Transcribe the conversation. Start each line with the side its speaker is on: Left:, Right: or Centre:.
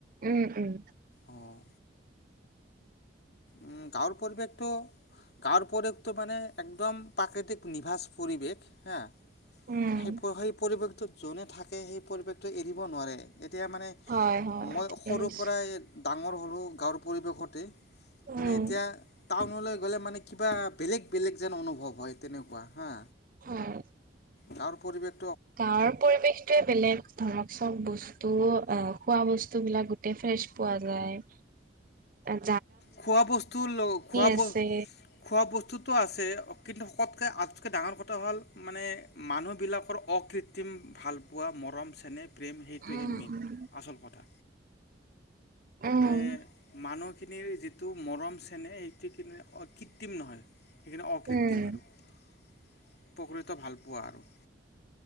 Right: উম, উম।
Left: অঁ উম, গাঁৱৰ পৰিৱেশটো গাঁৱৰ পৰিৱেশটো মানে একদম প্ৰাকৃতিক নিভাঁজ পৰিৱেশ হা'।
Right: উম
Left: সেই, সেই পৰিৱেশটো যোনে থাকে, সেই পৰিৱেশটো এৰিব নোৱাৰে। এতিয়া মানে
Right: হয় হয়
Left: মই
Right: ঠিকে
Left: সৰুৰ
Right: কৈছে
Left: পৰাই ডাঙৰ হ'লোঁ, গাঁৱৰ পৰিৱেশতে
Right: উম
Left: মানে এতিয়া টাউনলৈ গ'লে মানে কিবা বেলেগ, বেলেগ যেন অনুভৱ হয়, তেনেকুৱা হা'।
Right: হয়।
Left: গাওঁৰ পৰিৱেশ
Right: গাঁৱৰ পৰিবেশটোয়ে বেলেগ ধৰক চব বস্তু অ', খোৱা ব স্তুবিলাক গোটেই ফ্ৰেছ পোৱা যায়, অ'
Left: খোৱা বস্তু লগ খোৱা
Right: আছে
Left: ব-খোৱা বস্তুতটো আছে কিন্তু তকৈ আটতকৈ ডাঙৰ কথা হ'ল মানে মানুহবিলাকৰ অকৃত্ৰিম ভালপোৱা মৰম চেনেহ। প্ৰেম সেইটোহে
Right: উম
Left: মেইন
Right: উম
Left: আচল কথা।
Right: উম
Left: মানে মানুহখিনিৰ মৰম চেনেহ সেইটো কি-কৃত্ৰিম নহয়, সেইখিনি অকৃত্ৰিম
Right: উম
Left: হয়। প্ৰকৃত ভালপোৱা আৰু।